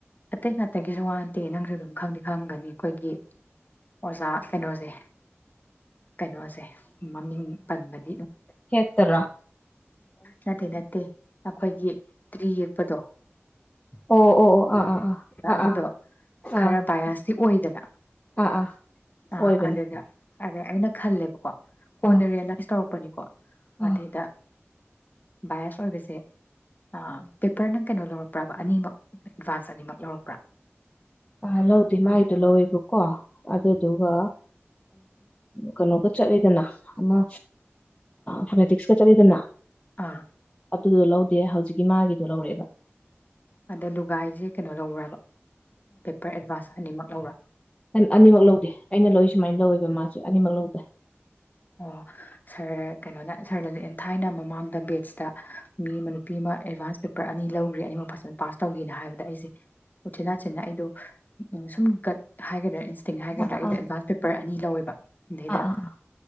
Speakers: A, on the left; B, on the left.
A: ꯑꯇꯩ ꯉꯥꯛꯇꯒꯤꯁꯨ ꯋꯥꯟꯗꯦ ꯅꯪꯁꯨ ꯑꯗꯨꯝ ꯈꯪꯗꯦ ꯈꯪꯒꯅꯤ ꯑꯩꯈꯣꯏꯒꯤ ꯑꯣꯖꯥ ꯀꯩꯅꯣꯁꯦ ꯀꯩꯅꯣꯁꯦ ꯃꯃꯤꯡ ꯄꯟꯕꯅꯤ
B: ꯍꯦ ꯇꯔ
A: ꯅꯠꯇꯦ ꯅꯠꯇꯦ ꯑꯩꯈꯣꯏꯒꯤ ꯇ꯭ꯔꯤ ꯌꯦꯛꯄꯗꯣ
B: ꯑꯣ ꯑꯣ ꯑꯣ ꯑꯥ ꯑꯥ
A: ꯑꯗꯨꯗꯣ
B: ꯑꯥ ꯑꯥ ꯑꯥ
A: ꯈꯔ ꯚꯌꯥꯁ ꯁꯤ ꯑꯣꯏꯗꯅ
B: ꯑꯥ ꯑꯥ ꯑꯥ
A: ꯑꯥ
B: ꯑꯣꯏꯕꯅꯦ
A: ꯑꯗꯨꯗ ꯑꯗ ꯑꯩꯅ ꯈꯜꯂꯦꯕꯀꯣ ꯀꯣꯅ
B: ꯑꯥ
A: ꯔꯤꯌꯦꯂꯥꯏꯁ ꯇꯧꯔꯛ ꯄꯅꯤꯀꯣ ꯃꯗꯩꯗ
B: ꯑꯥ
A: ꯕꯥꯏꯁ ꯑꯣꯏꯕꯁꯦ ꯑ ꯄꯦꯄꯔ ꯅꯪ ꯀꯩꯅꯣ ꯂꯧꯔꯛꯄ꯭ꯔꯕ ꯑꯅꯤꯃꯛ ꯑꯦꯗꯚꯥꯟꯁ ꯑꯅꯤꯃꯛ ꯂꯧꯔꯛꯄ꯭ꯔꯥ
B: ꯑ ꯂꯧ ꯗꯤ ꯃꯥ ꯑꯗꯨ ꯂꯧꯋꯦꯕꯀꯣ ꯑꯗꯨꯗꯨꯒ ꯀꯩꯅꯣꯒ ꯆꯠꯂꯤꯗꯅ ꯑꯃ ꯐꯣꯅꯦꯇꯤꯛꯁꯀ ꯆꯠꯂꯤꯗꯅ
A: ꯑꯥ
B: ꯑꯗꯨꯗꯣ ꯂꯧꯗꯦ ꯍꯧꯖꯤꯛꯀꯤ ꯃꯥꯒꯤꯗꯣ ꯂꯧꯔꯛꯑꯦꯕ
A: ꯑꯗ ꯂꯨꯒꯥꯏꯁꯦ ꯀꯩꯅꯣ ꯂꯧꯔ꯭ꯕ ꯄꯦꯄꯔ ꯑꯦꯠꯚꯥꯟꯁ ꯑꯅꯤꯃꯛ ꯂꯧꯕ꯭ꯔꯥ
B: ꯅ ꯑꯅꯤꯃꯛ ꯂꯧꯗꯦ ꯑꯩꯅ ꯂꯧꯏ ꯁꯨꯃꯥꯏꯅ ꯂꯧꯋꯦꯕ ꯃꯥꯁꯦ ꯑꯅꯤꯃꯛ ꯂꯧꯗꯦ
A: ꯑꯣ ꯁꯥꯔ ꯀꯩꯅꯣꯅ ꯁꯥꯔꯅꯖꯨ ꯊꯥꯏꯅ ꯃꯃꯥꯡꯗ ꯕꯦꯁꯇ ꯃꯤ ꯑꯃ ꯅꯨꯄꯤ ꯑꯃ ꯑꯦꯗꯚꯥꯟꯁ ꯄꯦꯄꯔ ꯑꯅꯤ ꯂꯧꯈ꯭ꯔꯦ ꯑꯅꯤꯃꯛ ꯐꯖꯅ ꯄꯥꯁ ꯇꯧꯒꯤꯅ ꯍꯥꯏꯕꯗ ꯑꯩꯁꯦ ꯎꯆꯤꯟꯅꯥꯆꯤꯟꯅ ꯑꯩꯗꯣ ꯁꯨꯝ ꯒꯠ ꯍꯥꯏꯒꯗ꯭ꯔ ꯏꯟꯁꯇꯤꯡ ꯍꯥꯏꯒꯗ꯭ꯔꯥ
B: ꯑꯥ
A: ꯑꯩꯗꯣ ꯑꯦꯗꯚꯥꯟꯁ ꯄꯦꯄꯔ ꯑꯅꯤ ꯂꯧꯋꯦꯕ ꯑꯗꯩꯗ
B: ꯑꯥ ꯑꯥ